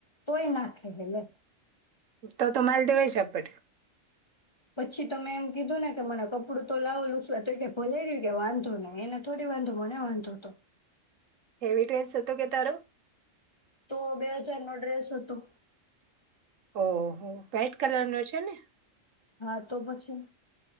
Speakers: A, on the left; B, on the right.
A: તોય નાખેહે લે
B: તો તો માલ દેવાય જાપાડ
A: પછી તો મેં એમ કીધું ને કે મને કપડું તો લાવો લૂછવા તો કે ભલેર્યું કે વાંધો ન એને થોડી વાંધો મને વાંધો અતો
B: હેવી ડ્રેસ હતો કે તારો
A: તો બે હજાર નો ડ્રેસ હતો.
B: ઓ હો વાઈટ કલર નો છે ને
A: હા તો પછી